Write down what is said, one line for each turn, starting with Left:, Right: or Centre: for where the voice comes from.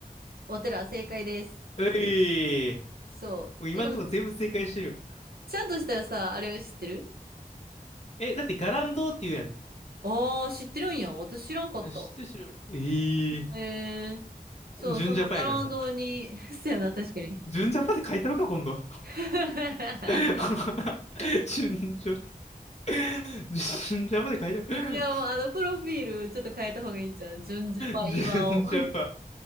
Right: お寺、正解です。
Left: ういー。
Right: そう。
Left: もう今んとこ全部正解してる。
Right: え、でもちゃんとしたらさ、あれ知ってる
Left: え、だってガランドって言うやん。
Right: ああー、知ってるんや。私知らんかった。
Left: あ知ってる知ってる。え
Right: へえ。
Left: ー。
Right: そう、
Left: 純ジャパやからさ。
Right: そのバランドに、<laughs> そうやな、確かに。
Left: 純ジャパって書いたのか、今度。
Right: <laughs>
Left: <laughs> 純ジャパ。<laughs> 純ジャパで書いてある。
Right: いや、もうあの、プロフィールちょっと変えた方がいいんじゃん。純ジャパ岩尾。
Left: 純ジャパ。
Right: <laughs>